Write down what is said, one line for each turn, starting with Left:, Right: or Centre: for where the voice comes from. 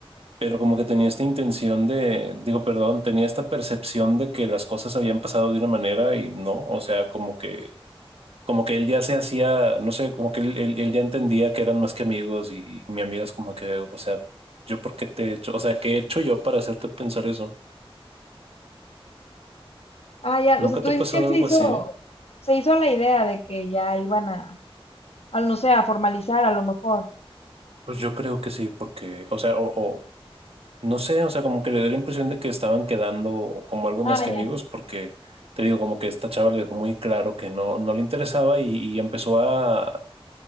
Right: pero como que tenía esta intención de, digo, perdón, tenía esta percepción de que las cosas habían pasado de una manera y no, o sea, como que, como que él ya se hacía, no sé, como que él, él- él ya entendía que eran más que amigos y, mi amiga es como que, o sea, yo por qué te he hecho, o sea, ¿qué he hecho yo para hacerte pensar eso?
Left: Ah, ya,
Right: ¿Nunca
Left: o sea, tú
Right: te
Left: dices
Right: ha pasado
Left: que él
Right: algo
Left: se hizo,
Right: así?
Left: se hizo la idea de que ya iban a, al no sé, a formalizar a lo mejor.
Right: Pues yo creo que sí, porque, o sea, o No sé, o sea, como que le da la impresión de que estaban quedando como algo
Left: Ah,
Right: más que
Left: ya,
Right: amigos, porque te digo, como que esta chava le dejó muy claro que no, no le interesaba y, y empezó a,